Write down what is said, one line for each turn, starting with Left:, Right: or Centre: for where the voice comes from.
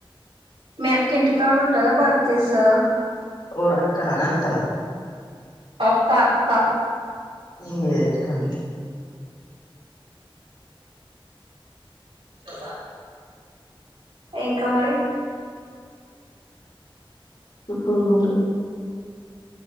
Right: మీ అక్క ఇంటి కాడ ఉంటదా వర్క్ చేస్తదా
Left: ఓరు అక్కనా, అత్తనా
Right: ఒక్క అక్క
Left: ఇ ఇట్కన్నా
Right: ఇస్తదా ఇంక మరి
Left: ఇంకేమ్లే